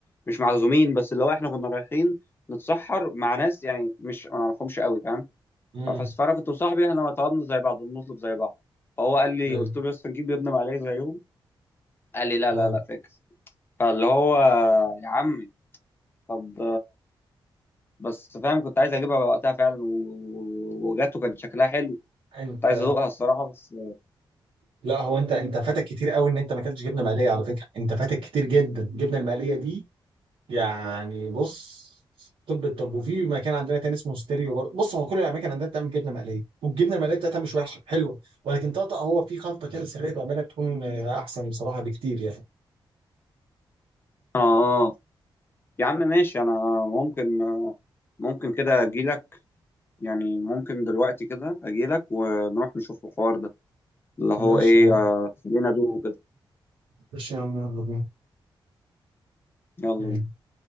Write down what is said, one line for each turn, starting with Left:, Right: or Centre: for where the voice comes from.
Left: مش معزومين بس اللي هو احنا كنا رايحين نتسحر مع ناس يعني مش ما نعرفهمش قوي فاهم
Right: امم
Left: ففس- فانا كنت وصاحبي احنا طلبنا زي بعض بنطلب زي بعض فهو قال لي
Right: ايوه
Left: قلت له يا اسطى نجيب جبنه مقليه زيهم قال لي لا
Right: اه
Left: لا لا فاكس فاللي هو يا عمي طب بس فاهم كنت عايز اجيبها بقى وقتها فعلا و- و- وجت وكان شكلها حلو
Right: انت
Left: كنت عايز ادوقها الصراحه بس
Right: لا هو انت انت فاتك كتير قوي ان انت ما اكلتش جبنه مقليه على فكره انت فاتك كتير جدا الجبنه المقليه دي يعني بص طب الطب وفي مكان عندنا تاني اسمه ستيريو برضه بص هو كل الاماكن عندنا بتعمل جبنه مقليه والجبنه المقليه بتاعتها مش وحشه حلوه ولكن طقطق هو في خلطه كده سريه بعملها تكون آه، احسن بصراحه بكتير يعني
Left: اه اه يا عم ماشي انا ممكن ممكن كده اجي لك يعني ممكن دلوقتي كده اجي لك ونروح نشوف الحوار ده اللي هو
Right: ماشي
Left: ايه
Right: يا عم
Left: آه، خلينا ادوق كده
Right: ماشي يا عم يلا
Left: يلا
Right: بينا
Left: بينا.